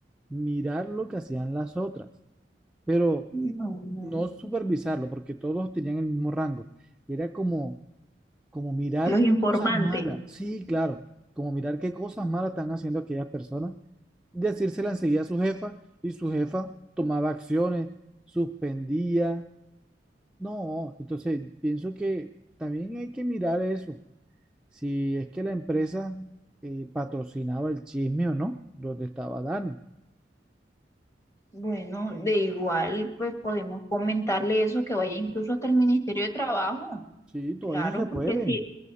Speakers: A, in the centre; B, on the left.
A: mirar lo que hacían las otras. Pero
B: no, no.
A: no supervisarlo, porque todos tenían el mismo rango. Y era como, como mirar
B: los informantes.
A: qué cosas malas, sí, claro, como mirar qué cosas malas están haciendo aquellas personas, decírsela enseguida a su jefa y su jefa tomaba acciones, suspendía. No, entonces pienso que también hay que mirar eso, si es que la empresa eh, patrocinaba el chisme o no, donde estaba Dani.
B: Bueno, de igual, pues podemos comentarle eso, que vaya incluso hasta el Ministerio de Trabajo.
A: Sí, todo
B: Claro,
A: eso se
B: porque
A: puede.
B: si,